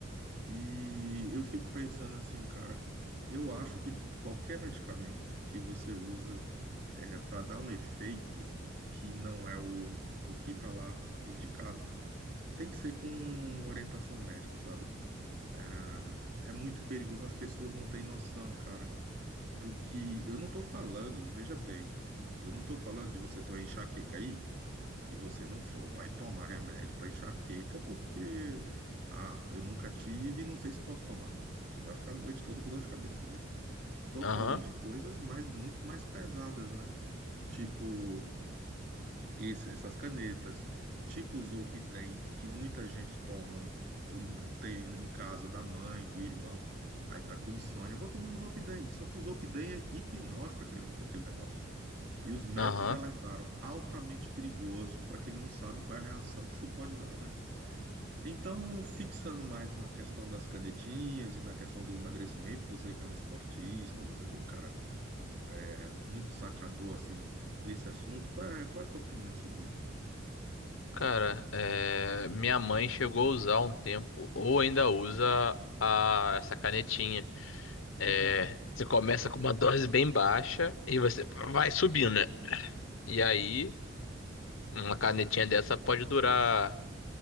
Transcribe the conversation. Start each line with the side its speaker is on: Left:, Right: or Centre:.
Right: E eu fico pensando assim, cara, eu acho que qualquer medicamento que você usa é, para dar um efeito que não é o, o que tá lá indicado, tem que ser com orientação médica, sabe? Ah, É, muito perigoso, as pessoas não têm noção, cara, do que. Eu não tô falando, veja bem, eu não tô falando de você ter uma enxaqueca aí e você não for- vai tomar remédio para enxaqueca porque, ah, eu nunca tive e não sei se posso tomar. Você não vai ficar a noite toda com dor de cabeça, né? Tô
Left: aham,
Right: falando de coisas mais muito mais pesadas, né? Tipo esse- essas canetas, tipo o Zolpidem, que muita gente toma, do meu- tem em casa da mãe, do irmão, aí tá com insônia, vou tomar um Zolpidem. Só que o Zolpidem é hipnótico aquele, aquele negócio. E os médicos
Left: aham.
Right: já alertaram altamente perigoso para quem não sabe qual é a reação que isso pode dar, né? Então, fixando mais na questão das canetinhas e na questão do emagrecimento, você que é um esportista, você que é um cara é, muito sacador assim desse assunto, qual é, qual é a tua opinião sobre isso?
Left: Cara, é, minha mãe chegou a usar um tempo, ou ainda usa a... essa canetinha. É,
Right: Uhum.
Left: Você começa com uma dose bem baixa e você vai subindo, né? E aí, uma canetinha dessa pode durar,